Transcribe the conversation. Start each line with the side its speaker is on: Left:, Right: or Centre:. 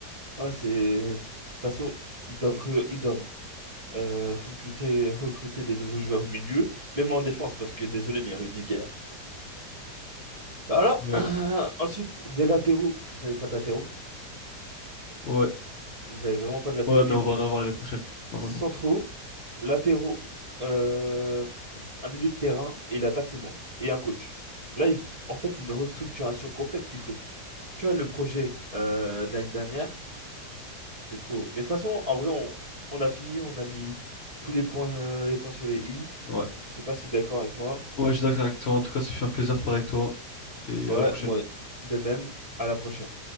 Right: ouais, c'est. De toute façon, ils doivent, re- ils doivent euh, recruter, recruter de nouveaux joueurs au milieu, même en défense, parce que désolé, mais Rudiger. Bah, Voilà.
Left: Ouais,
Right: <clears throat> ensuite, des latéraux. Vous n'avez pas de latéraux.
Left: ouais,
Right: Vous n'avez vraiment pas de latéraux.
Left: ouais, mais
Right: Il
Left: on
Right: vous
Left: va
Right: manque
Left: en avoir l'année prochaine, normalement.
Right: centraux, latéraux, euh, un milieu de terrain et l'attaque, c'est bon. Et un coach. Là, il- en fait, c'est une restructuration complète qu'il faut. Tu vois, le projet euh, de l'année dernière, c'était trop. Mais de toute façon, en vrai, on, on a fini, on a mis tous les points, euh, les points sur les i.
Left: Ouais.
Right: Je sais pas si t'es d'accord avec moi.
Left: Ouais, je suis d'accord avec toi. En tout cas, ça fait un plaisir de parler avec toi. Et
Right: Ouais,
Left: à la prochaine.
Right: moi, de même, à la prochaine.